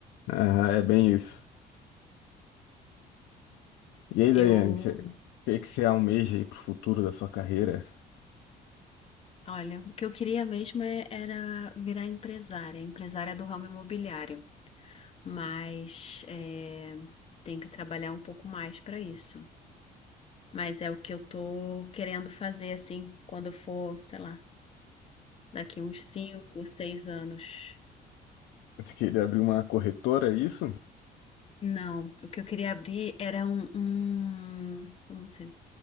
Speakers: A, on the left; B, on the left.
A: Aham, é bem isso. E aí, Daiane,
B: Eu,
A: cê- o que que você almeja aí pro futuro da sua carreira?
B: olha, o que eu queria mesmo é- era virar empresária, empresária do ramo imobiliário, mas é, tenho que trabalhar um pouco mais para isso. Mas é o que eu tô querendo fazer assim, quando eu for, sei lá, daqui uns cinco, seis anos.
A: Você queria abrir uma corretora, é isso?
B: Não, o que eu queria abrir era um, um, como assim,